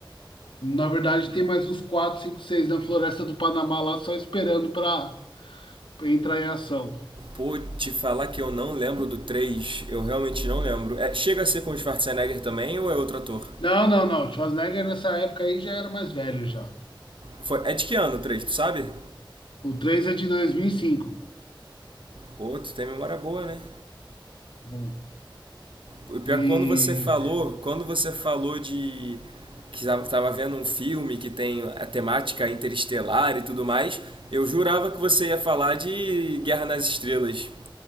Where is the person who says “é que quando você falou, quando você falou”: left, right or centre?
Right